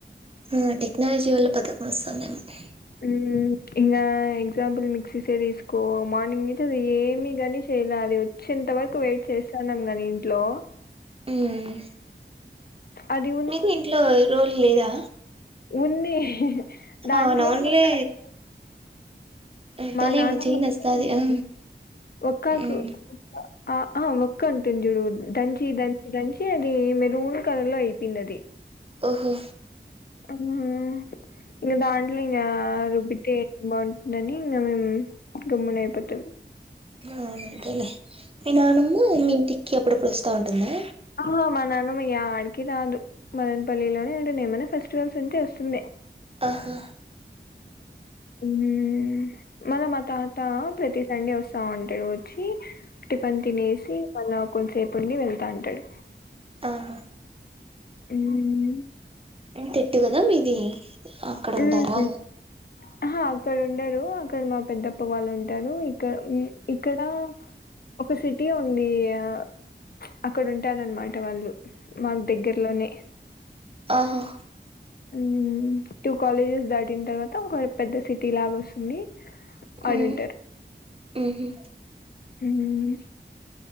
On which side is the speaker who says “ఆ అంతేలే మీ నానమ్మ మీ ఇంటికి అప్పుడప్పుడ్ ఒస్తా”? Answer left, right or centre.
Right